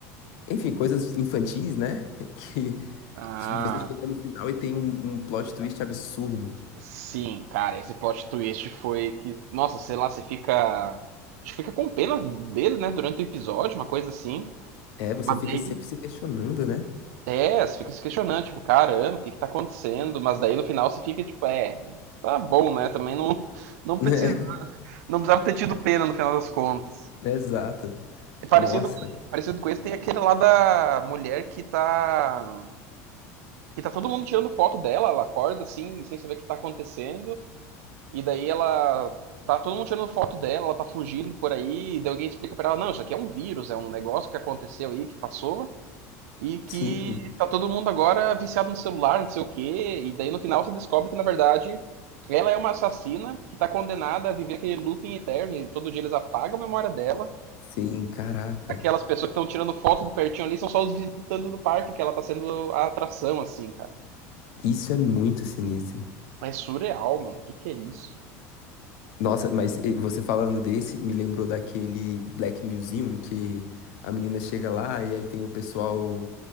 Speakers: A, on the left (about 70°); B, on the right (about 80°).
A: Enfim, coisas infantis, né? <laughs>
B: Ah,
A: Que você chega no final e tem um, um plot twist absurdo.
B: sim, cara, esse plot twist foi que, nossa, sei lá, você fica. Acho que fica com pena dele, né, durante o episódio, uma coisa assim.
A: É, você
B: Mas
A: fica
B: daí,
A: sempre se questionando, né?
B: é, você fica se questionando, tipo, caramba, o que que tá acontecendo? Mas daí no final você fica, tipo, é, tá bom, né? Também não, não precisa,
A: <laughs>
B: não precisava ter tido pena no final das contas.
A: É, exato.
B: É Parecido,
A: Nossa.
B: com- parecido com esse, tem aquele lá da mulher que tá. Que tá todo mundo tirando foto dela, ela acorda assim, sem saber o que tá acontecendo, e daí ela. Tá todo mundo tirando foto dela, ela tá fugindo por aí, e daí alguém explica pra ela, não, isso aqui é um vírus, é um negócio que aconteceu aí, que passou, e que
A: Sim,
B: tá todo mundo agora viciado no celular, não sei o quê, e daí no final você descobre que, na verdade, ela é uma assassina que tá condenada a viver aquele looping eterno, e todo dia eles apagam a memória dela
A: sim, caraca.
B: aquelas pessoas que estão tirando foto de pertinho ali são só os visitantes do parque, que ela tá sendo a atração, assim, cara.
A: Isso é muito sinistro.
B: É surreal, mano. O que, que é isso?
A: Nossa, mas eh, você falando desse, me lembrou daquele Black Museum que a menina chega lá e aí tem o pessoal,